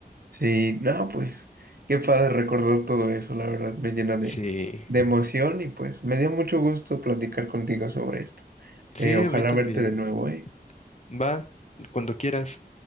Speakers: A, on the right; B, on the left.
A: Sí, no, pues qué padre recordar todo eso, la verdad, me llena de,
B: Sí,
A: de emoción y pues me dio mucho gusto platicar contigo sobre esto.
B: sí,
A: Eh, ojalá
B: a mí también.
A: verte de nuevo, ¿eh?
B: Va, cuando quieras.